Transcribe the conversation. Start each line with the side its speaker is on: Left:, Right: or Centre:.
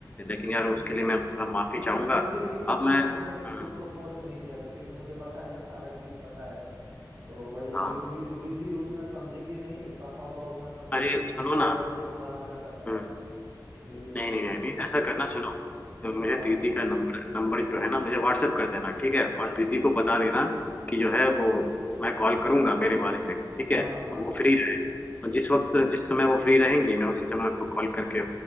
Left: लेकिन यार उसके
Right: हम्म,
Left: लिए मैं थोड़ा माफी
Right: इसीलिए
Left: चाहूंगा
Right: इसीलिए
Left: अब
Right: इसीलिए
Left: मैं हम्म,
Right: तो मैं तुमको फोर्स नहीं किया था क्योंकि मुझे पता है ना सारा चीज पता है तो वही
Left: हाँ
Right: लेकिन दी, दीदी उतना समझेंगी नहीं पापा वापा उतना समझेंगे
Left: अरे
Right: नहीं उनको
Left: सुनो
Right: लगेगा
Left: ना
Right: ब- बहाना कर रहा
Left: हम्म,
Right: है तो यही चीजें
Left: नहीं नहीं नहीं
Right: थी
Left: नहीं ऐसा करना सुनो मुझे
Right: हाँ
Left: दीदी का नंबर नंबर जो है ना मुझे व्हाट्सएप कर देना ठीक है और दीदी को बता देना कि जो है वो मैं कॉल करूंगा मेरे बारे में ठीक
Right: हाँ
Left: है
Right: हाँ
Left: वो फ्री जिस वक्त जिस समय वो फ्री रहेंगी मैं उसी समय उनको कॉल करके